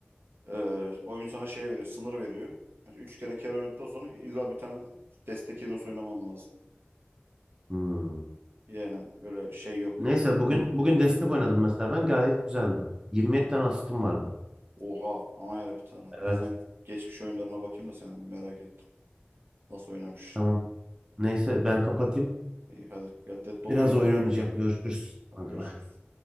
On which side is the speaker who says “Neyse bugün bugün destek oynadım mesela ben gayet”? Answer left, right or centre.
Right